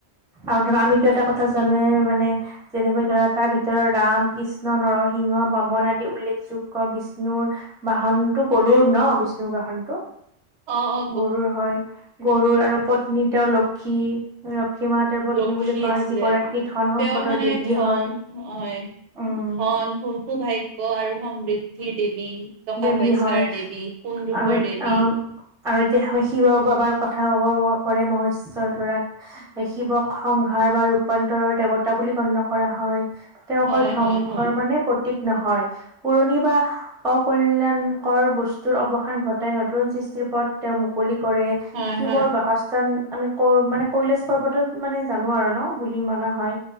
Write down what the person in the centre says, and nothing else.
আৰু ধৰা আমিতো এটা কথা জানেৱে মানে যেনেকৈ ধৰা তাৰ ভিতৰত ৰাম কৃষ্ণ নৰসিংহ বামন আদি উল্লেখযোগ্য বিষ্ণুৰ বাহনতটো গৰুৰ ন বিষ্ণুৰ বাহনটো
গৰু হয় গৰুৰ আৰু পত্নী তেওঁৰ লক্ষী লক্ষ্মী মাঁ তেও পত্নী
বুলি কয়
যিগৰাকী ধন সম্পদৰ
দেৱী
হয়
উম,
দেৱী
হয়
আৰু
আহ আৰু এতিয়া আমি শিৱ বাবাৰ কথা কব পাৰে মহেশ্বৰ ধৰা শিৱক সংহাৰ বা ৰূপান্তৰৰ দেৱতা বুলি গণ্য কৰা হয় তেওঁ অকল
ধ্বংসৰ
মানে প্ৰতীক নহয় পুৰণি বা অকল্যাণকৰ বস্তুৰ অৱসান ঘটাই নতুন সৃষ্টিৰ পথ তেওঁ মুকলি কৰে
শিৱৰ
বাসস্থ আমি ক মানে কৈলাশ পৰ্বতত মানে জানো আৰু ন বুলি মনা হয়